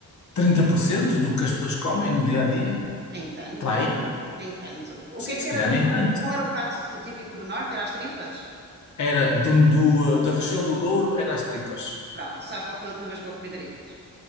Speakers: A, on the left; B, on the right.
A: 30% do que as pessoas comem no dia a dia,
B: Nem tanto,
A: para aí.
B: nem tanto. O
A: Sim,
B: que é que
A: se calhar
B: era do
A: nem
B: norte?
A: tanto.
B: Qual era o prato típico do norte? Era as tripas?
A: Era do, do, eh, da região do Douro, era as tripas.
B: Pronto, sabes qual foi a última vez que eu comi tripas?